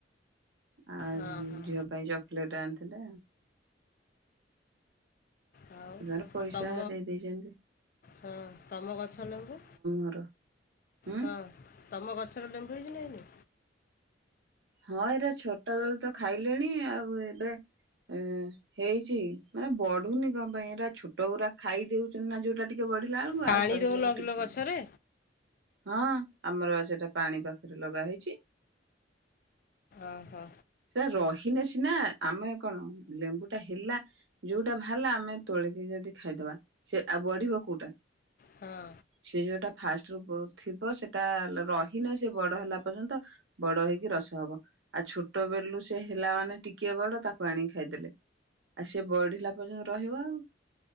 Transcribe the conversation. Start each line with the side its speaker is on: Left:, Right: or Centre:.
Right: ଆଉ
Left: ହଁ ହଁ
Right: ଝିଅ ପାଇଁ ଚକୋଲେଟ ଆନ୍ତି ଥିଲା।
Left: ଆଉ
Right: ସେ ତାଙ୍କର ପଇସା
Left: ଆଉ ତମ
Right: ଦେଇ ଦେଇଚନ୍ତି।
Left: ହଁ ତମ ଗଛ ଲେମ୍ବୁ
Right: ଘର ହୁଁ
Left: ହଁ ତମ ଗଛରେ ଲେମ୍ବୁ ହେଇଛି ନାଇନି
Right: ହଁ ଏଇରା ଛୋଟବେଳୁ ତ ଖାଇଲେଣି ଆଉ ଏବେ ଏଁ ହେଇଚି ମାନେ ବଢୁନି କଣ ପାଇଁ ଏଇରା ଛୋଟ ଗୁରା ଖାଇଦଉଚନ୍ତି ନା ଯୋଉଟା ଟିକେ ଟିକେ ବଢିଲା ବେଳକୁ
Left: ପାଣି
Right: ଆଉ ସହଜେ
Left: ଦଉନ
Right: ସବୁ
Left: କିଲୋ
Right: ଟିକ ଟିକ
Left: ଗଛରେ
Right: ହଁ। ଆମର ବା ସେଟା ପାଣି ପାଖରେ ଲଗା ହେଇଚି।
Left: ଓହୋ
Right: ସେ ରହିନେ ସି - ନା ଆମେ କଣ ଲେମ୍ବୁ ଟା ହେଲା ଯୋଉଟା ବାହାରଲା ଆମେ ତୋଳିକି ଯଦି ଖାଇଦବା ସେ ଆଉ ବଢିବ କୋଉଟା
Left: ହଁ
Right: ସେ ଯେଉଟା ଫାଷ୍ଟ ଥିବ ସେଟା ରହିନାହିଁ ସେ ବଡ ହେଲା ପର୍ଯ୍ୟନ୍ତ ବଡ ହେଇକି ରସ ହବ ଆଉ ଛୋଟ ବଳୁ ସେ ହେଲା ମାନେ ଟିକଏ ବଡ ତାକୁ ଆଣିକି ଖାଇଦେଲେ ଆଉ ସେ ବଢିଲା ପର୍ଯ୍ୟନ୍ତ ରହିବ ଆଉ